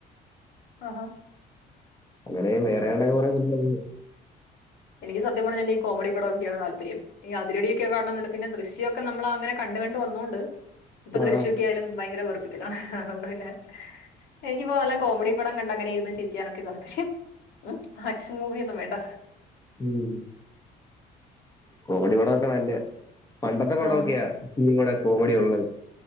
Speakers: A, on the left (about 70°); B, on the left (about 20°).
A: അ ഹാ
B: അങ്ങനേം വേറെയൊണ്ടെന്ന് <unintelligible>
A: എനിക്ക് സത്യം പറഞ്ഞാൽ ഈ കോമഡി പടോക്കെയാണ് താല്പര്യം ഈ അതിര് അടിയൊക്കെ കാണണം എന്നുണ്ട് പിന്നെ ദൃശ്യം നമ്മള് അങ്ങനെ കണ്ട് കണ്ട് വന്നോണ്ട് ഇപ്പൊ
B: ആ
A: ദൃശ്യോക്കെ ആയാലും ഭയങ്കര വെറുപ്പിക്കലാണ് അതുകൊണ്ട് പിന്നെ എനിക്ക്പ്പോ നല്ല കോമഡി പടം കണ്ട അങ്ങനെ ഇരുന്ന് ചിരിക്കാനൊക്ക തല്പര്യം ഉം ആക്ഷൻ മൂവിയൊന്നും വേണ്ട
B: ഉം കോമഡി പടൊക്കെ നല്ല പണ്ടത്തെ പടൊക്കെയാ
A: ആഹ്
B: ഇവിടെ കോമഡി ഉള്ളത്